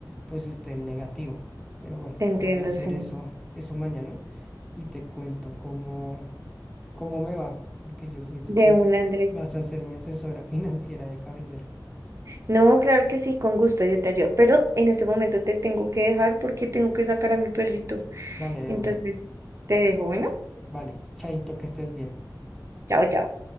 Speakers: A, in the centre; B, on the right (about 40°).
A: pues esté en negativo. Pero bueno,
B: Te entiendo,
A: voy a hacer
B: sí.
A: eso, eso mañana y te cuento cómo, cómo me va, porque yo siento
B: De
A: que
B: un Andrés.
A: vas a ser mi asesora <laughs> financiera de cabecera.
B: No, claro que sí, con gusto, yo te ayudo. Pero en este momento te tengo que dejar porque tengo que sacar a mi perrito.
A: Dale de
B: Entonces,
A: una.
B: te dejo, bueno,
A: Vale, chaito, que estés bien.
B: chao, chao.